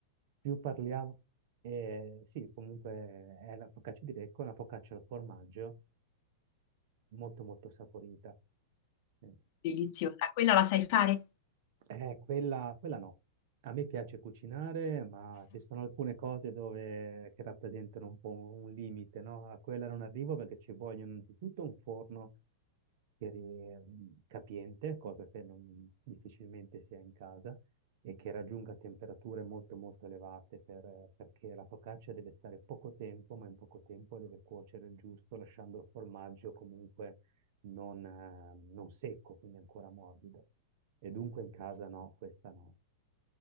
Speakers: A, on the right; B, on the left.
A: Più parliamo. Eh, sì, comunque è la focaccia di becco, una focaccia al formaggio molto molto saporita. Eh,
B: deliziosa. Quella la sai fare?
A: eh, quella, quella no. A me piace cucinare, ma ci sono alcune cose dove, che rappresentano un po' un limite, no? A quella non arrivo perché ci vogliono innanzitutto un forno che ri- capiente, cosa che non- difficilmente si ha in casa, e che raggiunga temperature molto molto elevate per- perché la focaccia deve stare poco tempo, ma in poco tempo deve cuocere il giusto, lasciando il formaggio comunque non eh, non secco, quindi ancora morbido. E dunque in casa no, questa no.